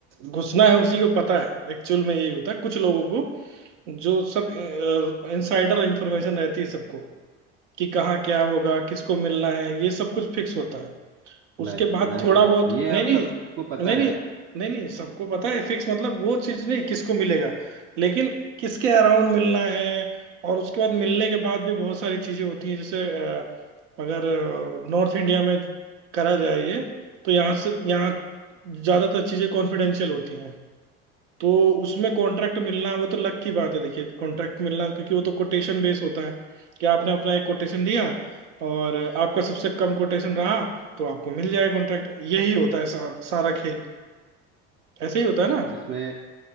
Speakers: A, on the right (about 85°); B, on the right (about 35°).
A: घुसना है उसी को पता है एक्चुअल में यही होता है कुछ लोगों को जो सब इनसाइडर इंफॉर्मेशन रहती है सबको कि कहाँ क्या होगा किसको मिलना है ये सब कुछ फिक्स होता है
B: नहीं
A: उसके बाद
B: नहीं
A: थोड़ा
B: नहीं
A: बहुत
B: ये अब
A: नहीं नहीं
B: सबको पता
A: नहीं नहीं
B: है
A: नहीं नहीं सबको पता है फिक्स मतलब वो चीज नहीं किसको मिलेगा लेकिन किसके अराउंड मिलना है और उसके बाद मिलने के बाद भी बहुत सारी चीजें होती हैं जैसे अ, अगर नॉर्थ इंडिया में करा जाए ये तो यहाँ से यहाँ ज्यादातर चीजें कॉन्फिडेंशियल होती हैं तो उसमें कॉन्ट्रैक्ट मिलना वो तो लक की बात है देखिए कॉन्ट्रैक्ट मिलना क्योंकि वो तो कोटेशन बेस होता है कि आपने अपना एक कोटेशन दिया और आपका सबसे कम कोटेशन रहा तो आपको मिल जाएगा कॉन्ट्रैक्ट यही होता है सारा, सारा खेल ऐसे ही होता है ना
B: इसमें